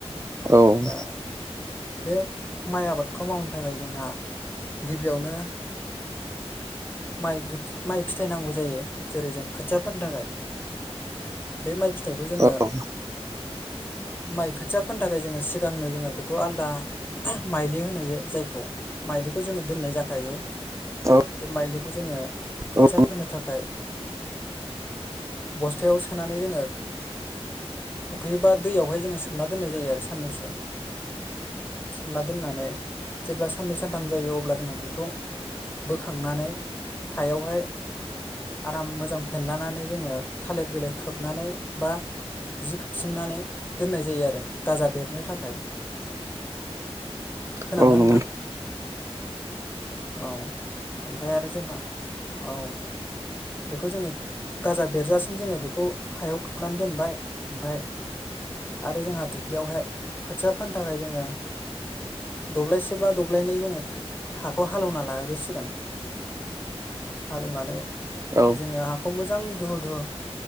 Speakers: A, on the right (about 30°); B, on the left (about 20°).
A: औ
B: दा बे माइ आबादखौ मावनो थाखाय जोंहा गिबियावनो माइ माइ फिथाइ नांगौ जायो जेरै जों खोथियाफोरनि थाखाय बे माइ फिथाइखौ जोङो
A: औ
B: माइ खोथियाफोरनि थाखाय जोङो सिगांनो जोङो बे बेखौ आलदा माइलि होनो जा-जायखौ माइलिखौ जोङो दोननाय जाखायो
A: औ
B: बे माइलिखौ जोङो
A: औ
B: खोथिया फोनो थाखाय बस्थायाव सोनानै जोङो फुख्रि बा दैयावहाय जोङो सोमना दोननाय जायो आरो साननैसो सोमना दोननानै जेब्ला साननै सानथाम जायो अब्ला जोङो बेखौ बोखांनानै हायावहाय आराम मोजां फेनलानानै जोङो थालिर बिलाइ खोबनानै बा जि खोबफिननानै दोननाय जायो आरो गाजा बेरनो थाखाय खोनादोंना
A: औ नंगौ
B: नोंथां औ ओमफ्राय आरो जोंहा औ बेखौ जोङो गाजा बेरजासिम जोङो बेखौ हायाव खुरनानै दोनबाय ओमफफ्राय आरो जोंहा दुब्लियावहाय खोथिया फोनो थाखाय जोङो दब्लायसे बा दब्लायनै जोङो हाखौ हालेवना लागोसिगोन हालौवनानै
A: औ
B: जोङो हाखौ मोजां दुहु दुहु